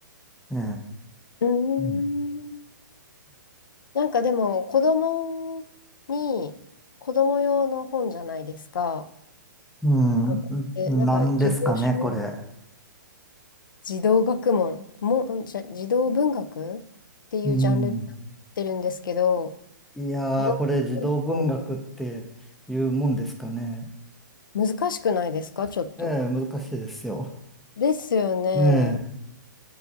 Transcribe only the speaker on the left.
うーん。
なんかでも、子供に、子供用の本じゃないですか。
こうえ、
なんか、
児童書
児童学問も、んじゃ、児童文学っていうジャンルになってるんですけど、
読むの
難しくないですかちょっと。
ですよね。